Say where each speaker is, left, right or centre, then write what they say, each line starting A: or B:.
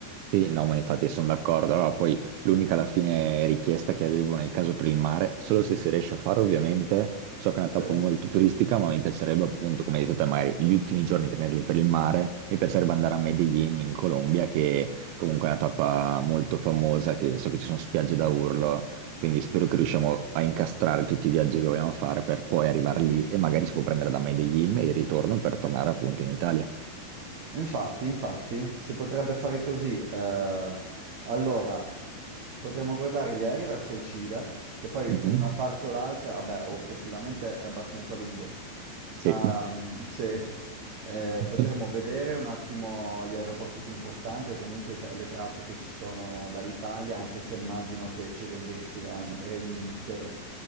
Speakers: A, on the right (about 85°); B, on the right (about 60°).
A: Sì, no, ma infatti sono d'accordo. Allora, poi l'unica alla fine richiesta che avevo nel caso per il mare, solo se si riesce a fare ovviamente, so che è una
B: Sì?
A: tappa molto turistica, ma mi piacerebbe appunto, come hai detto te, magari gli ultimi giorni tenerli per il mare, mi piacerebbe andare a Medellin in Colombia, che comunque è una tappa molto famosa, che so che ci sono spiagge da urlo, quindi spero che riusciamo a incastrare tutti i viaggi che vogliamo fare per poi arrivare lì e magari si può prendere da Medellin il ritorno per tornare appunto in Italia.
B: Infatti, infatti, si potrebbe fare così. eh, allora, potremmo guardare gli aerei verso il Cile, che poi
A: Mhm.
B: una parte o l'altra, vabbè, o effettivamente è abbastanza lungo.
A: Sì.
B: Ehm, se, eh,
A: <laughs>
B: potremmo vedere un attimo gli aeroporti più importanti o comunque i tra- le tratte che ci sono dall'Italia, anche se immagino che ci reindirizzeran- reindirizzer-